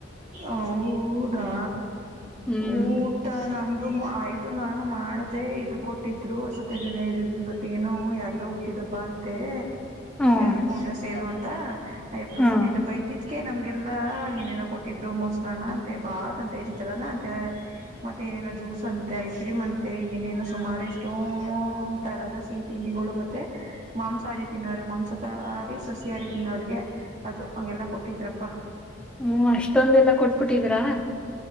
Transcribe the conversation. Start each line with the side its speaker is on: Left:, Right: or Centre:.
Right: ಹೌದಾ
Centre: ಹ್ಮ್
Right: ಊಟ ನಮ ಆಯ್ತು ನಾನು ಮಾಡ್ದ ಇದು ಕೊಟ್ಟಿದ್ರು ಹೊಸತಿ ನಿಲಯದಲ್ಲಿ ಇವತ್ತೇನು ಯಾರ್ದೋ ಹುಟ್ಟಿದಬ್ಬ ಅಂತೆ
Centre: ಹ್ಮ್
Right: ಯಾರ ಫೋಂಡ್ರೆಸ್ ಏನು ಅಂತ ಅಯಪ್ಪನ್
Centre: ಹ್ಮ್
Right: ರುಟ್ಟಿದ ಬೈದಿದತ್ <inaudible> ನಮ್ಗೆಲ್ಲಾಏನೇನ ಕೊಟ್ಟಿದ್ರು ಮೊಸರನ ಅಂತೆ ಬಾತ್ ಅಂತೆ ಚಿತ್ರನ ಅಂತೆ ಮತ್ತೆ ಏನೇನೋ ಜ್ಯೂಸ್ ಅಂತೆ ಐಸ್ ಕ್ರೀಮ್ ಅಂತೆ ಏನೇನೋ ಸುಮಾರು ಎಷ್ಟು ತರದ ಸಿಹಿ ತಿಂಡಿಗಳು ಮತ್ತೆ ಮಾಂಸಾಹಾರಿ ತಿನ್ನೋರ ಮಾಂಸ ತಹಾರಿ ಸಸಿಹಾರಿ ತಿನ್ನೋರಿಗೆ ಅದು ಹಗೆಲ್ಲ ಕೊಟ್ಟಿದ್ರಪ್ಪಾ
Centre: ಹ್ಮ್ ಅಷ್ಟೊಂದಲ್ಲ ಕೊಟ್ಬಿಟ್ಟಿದಿರಾ